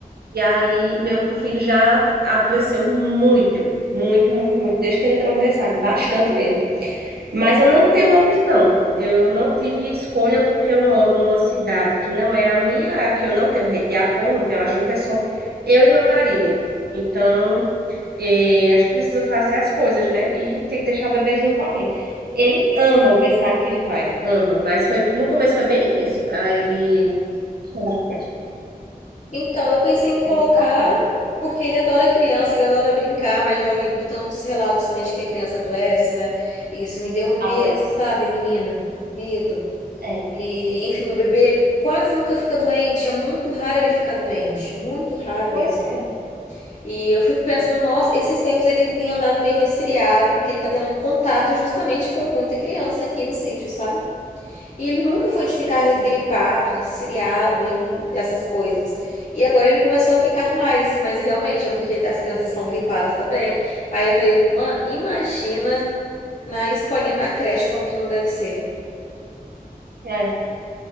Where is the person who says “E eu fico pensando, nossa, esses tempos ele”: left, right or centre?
Left